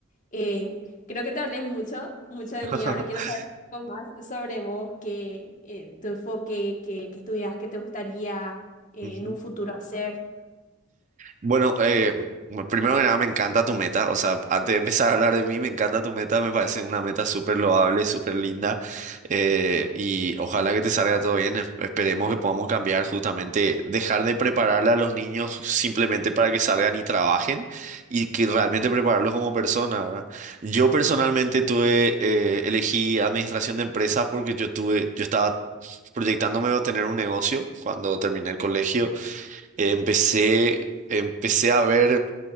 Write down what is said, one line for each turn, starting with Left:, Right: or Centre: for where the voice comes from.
Left: Eh, creo que te hablé mucho, mucho de
Right: <laughs>
Left: mí, ahora quiero saber un poco más sobre vos, que, eh, tu enfoque, que, que estudias, qué te gustaría eh,
Right: Ujú.
Left: en un futuro hacer.
Right: Bueno, eh, bueno, primero que nada, me encanta tu meta. O sea, antes de empezar a hablar de mí, me encanta tu meta. Me parece una meta súper loable, súper linda. eh, y ojalá que te salga todo bien. Es- Esperemos que podamos cambiar justamente, dejar de prepararle a los niños simplemente para que salgan y trabajen y que realmente prepararlos como personas, ¿verdad? Yo personalmente tuve, eh, elegí administración de empresas porque yo tuve, yo estaba proyectándome a tener un negocio cuando terminé el colegio. Empecé, empecé a ver